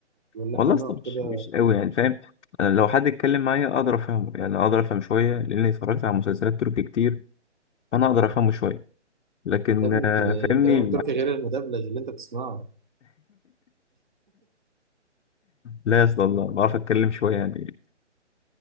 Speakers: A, on the right (about 40°); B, on the left (about 80°).
A: ولا
B: والله
A: احنا
B: يا
A: هنقعد
B: اسطى مش
A: كده
B: مش اوي يعني فاهم انا لو حد اتكلم معايا اقدر افهمه يعني اقدر افهم شويه لاني اتفرجت على مسلسلات تركي كتير فانا اقدر افهمه شويه لكن
A: يا ابني
B: آه، فاهمني
A: ال- كلام التركي غير المدبلج اللي أنت بتسمعه
B: لا يا اسطى والله بعرف اتكلم شويه يعني